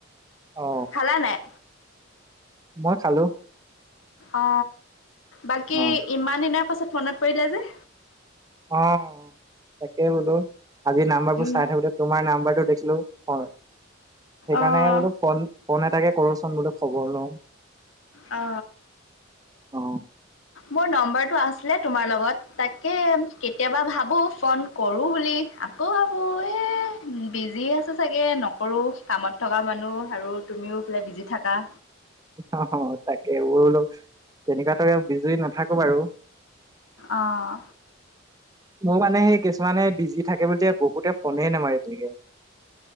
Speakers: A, on the right; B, on the left.
A: অ
B: খালা নাই
A: মই খালো
B: অ বাকী
A: অ
B: ইমান দিনৰ পাছত মনত পৰিলে যে?
A: অ তাকে বোলো আজি নাম্বাৰ বোৰ
B: উম
A: চাই থাকোতে তোমাৰ নাম্বাৰটো দেখিলো হয় সেইকাৰণে
B: অঁ
A: বলো ফোন ফোন এটাকে কৰোচোন বুলি খবৰ লওঁ।
B: অ
A: অ
B: মোৰ নম্বৰটো আছিলে তোমাৰ লগত। তাকে কেতিয়াবা ভাব ভাবোঁ ফোন কৰোঁ বুলি আকৌ ভাবোঁ এ বিজি আছে চাগে নকৰোঁ কামত থকা মানুহ আৰু তুমিও ইফালে বিজি থাকা।
A: অ তাকে বোৰল তেনেকুৱাতক বিজি নাথাকো বাৰু <unintelligible>
B: আহঁ
A: মোৰ মানে সেই কিছুমানে বিজি থাকে বুলি যে বহুতে ফোনেই নামাৰে কোনো